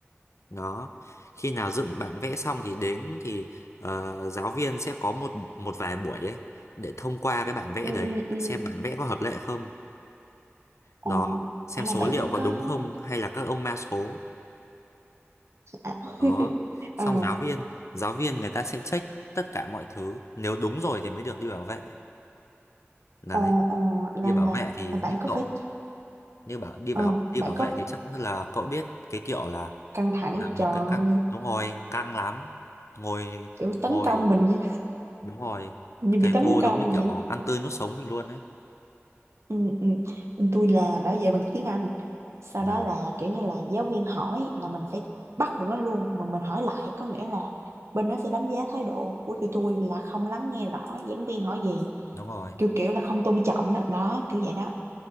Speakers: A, on the left; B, on the right.
A: Đó. Khi nào dựng bản vẽ xong thì đến thì ờ, giáo viên sẽ có một một vài buổi ấy để thông qua cái bản vẽ
B: ừ
A: đấy,
B: ừ ừ
A: xem bản vẽ có hợp lệ không.
B: ồ
A: Đó, xem
B: à là
A: số
B: bạn
A: liệu
B: vẫn
A: có
B: có
A: đúng không hay là các ông ma số.
B: à, <laughs>
A: đó xong giáo
B: ờ,
A: viên giáo viên người ta sẽ check tất cả mọi thứ nếu đúng rồi thì mới được đi bảo vệ đấy
B: ồ ồ là
A: đi bảo
B: là
A: vệ thì
B: là bạn
A: như
B: có
A: cậu
B: phải
A: như bảo đi
B: ờ
A: bảo đi
B: bạn
A: bảo
B: có
A: vệ thì chắc là cậu biết cái kiểu là
B: căng thẳng
A: là
B: trời
A: một cái căng
B: ơi,
A: đúng rồi căng lắm ngồi
B: kiểu tấn
A: ngồi
B: công mình như,
A: đúng rồi
B: như
A: thầy
B: bị tấn
A: cô
B: công
A: đúng như kiểu
B: vậy
A: ăn tươi nuốt sống mình luôn đấy
B: ừ, ừ. Bên tôi là bảo vệ bằng tiếng Anh sau
A: là
B: đó là kiểu như là giáo viên hỏi là mình phải bắt được nó luôn mà mình hỏi lại có nghĩa là bên đó sẽ đánh giá thái độ của tụi tôi là không lắng nghe rõ giảng viên hỏi gì
A: đúng rồi
B: kiểu kiểu là không tôn trọng đó đó kiểu vậy đó